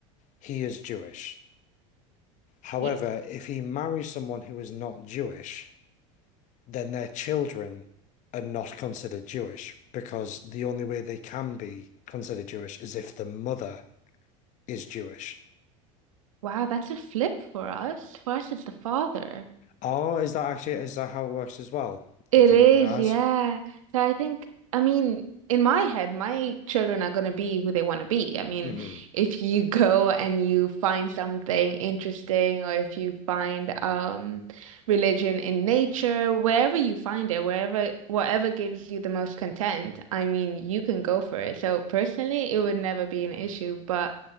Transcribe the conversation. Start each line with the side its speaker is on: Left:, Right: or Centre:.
Left: he is Jewish. However,
Right: Yes.
Left: if he marries someone who is not Jewish, then their children are not considered Jewish because the only way they can be considered Jewish is if the mother is Jewish.
Right: Wow, that's a flip for us. For us, it's the father.
Left: Oh, is that actually is that how it works as well?
Right: It
Left: I didn't
Right: is,
Left: realize.
Right: yeah. So I think, I mean, in my head, my children are going to be who they want to be. I mean,
Left: Mm,
Right: if you <laughs> go and you find something interesting, or if you find um religion in nature, wherever you find it, wherever whatever gives you the most content, I mean, you can go for it. So personally, it would never be an issue, but